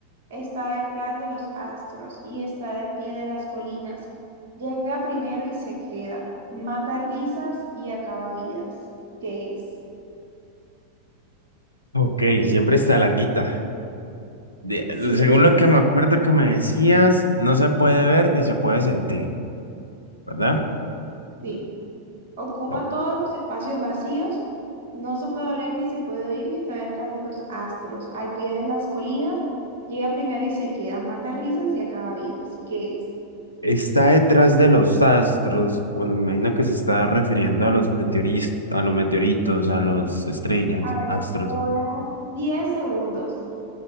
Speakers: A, on the right (about 55°); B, on the left (about 85°).
A: está detrás de los astros y está de pie de las colinas. Llega primero y se queda, mata risas y acaba vidas. ¿Qué es?
B: Ok, siempre está larguita. De-
A: Sí,
B: según lo que me acuerdo que me decías, no se puede ver ni se puede sentir, ¿verdad?
A: Sí. Ocupa
B: Ok.
A: todos los espacios vacíos, no se puede oler ni se puede oír y está detrás de los astros, al pie de las colinas. Llega primero y se queda, mata risas y acaba vidas. ¿Qué es?
B: Está detrás de los astros, bueno, me imagino que se está refiriendo a los meteoris- a los meteoritos, a las estrellas,
A: A ver,
B: astros.
A: te voy a dar 10 segundos